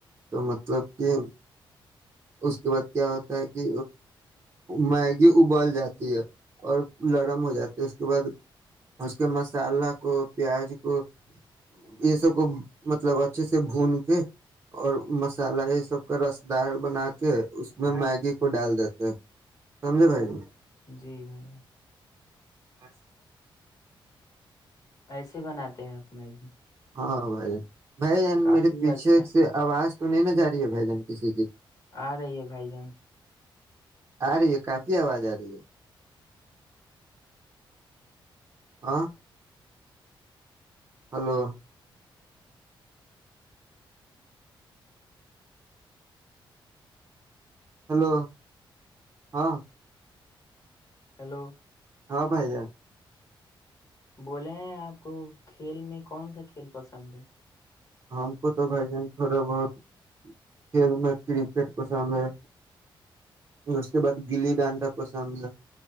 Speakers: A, on the right; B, on the left.
A: تو مطلب کہ اس کے بعد کیا ہوتا ہے کہ میگی ابل جاتی ہے اور لرم ہو جاتی ہے اس کے بعد اس کے مسالہ کو پیاز کو یہ سب کو مطلب اچھے سے بھون کے اور مسالہ یہ سب کا رس دار بنا کے اس میں میگی کو ڈال دیتے ہیں سمجھے بھائی
B: جی بھیا
A: بس <unintelligible>
B: ایسے بناتے ہیں آپ میگی
A: ہاں بھائی بھائی جان
B: کافی
A: میرے پیچھے
B: اچھا
A: سے آواز تو نہیں نہا ج رہی ہے بھائی جان کسی کی
B: آ رہی ہے بھائی جان
A: آ رہی ہے کافی آواز آ رہی ہے ہاں ہلو ہلو ہاں
B: ہیلو
A: ہاں بھائی جا
B: بولے ہیں آپ کو کھیل میں کون سا کھیل پسند ہے
A: ہم کو تو بھائی جان تھوڑا بہت کھیل میں کرکٹ پسند ہے اس کے بعد گلی ڈانڈا پسند ہے